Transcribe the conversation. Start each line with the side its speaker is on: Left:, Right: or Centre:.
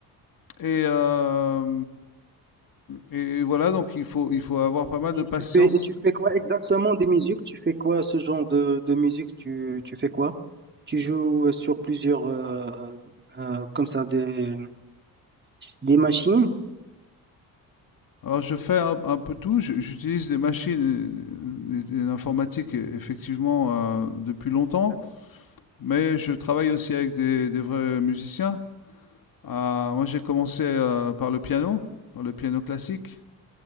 Left: Et, euh, et voilà, donc il faut, il faut avoir pas mal
Right: Et
Left: de patience.
Right: tu fais, et tu fais quoi exactement des musiques? Tu fais quoi ce genre de, de musique? Tu, tu fais quoi? Tu joues sur plusieurs, euh, euh, comme ça, des, des machines?
Left: Alors je fais un, un peu tout, Je- j'utilise des machines et, et- et l'informatique e- effectivement euh, depuis longtemps,
Right: Exact.
Left: mais je travaille aussi avec des, des vrais musiciens. Ah, moi j'ai commencé euh, par le piano, par le piano classique.